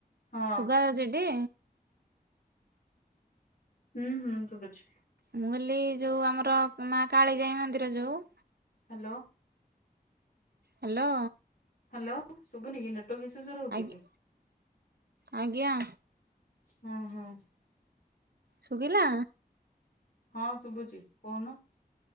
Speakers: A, on the left (about 75°); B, on the right (about 85°).
A: ହଁ
B: ସୁୁଗାର ଯଡି
A: ହୁଁ ହୁଁ ତୁ ବୁଝ
B: ମୁଁ କହିଲି ଯୋଉ ଆମର ମା କାଳିଜାଇ ମନ୍ଦିର ଯୋଉ
A: ହ୍ୟାଲୋ
B: ହ୍ୟାଲୋ
A: ହ୍ୟାଲୋ ଶୁଭୁନି କି ନେଟ ରହୁଛି
B: ଆଜ୍ଞା ଆଜ୍ଞା
A: ହଁ ହଁ
B: ସୁଖିଲ
A: ହଁ ଶୁଭୁଛି କହୁନ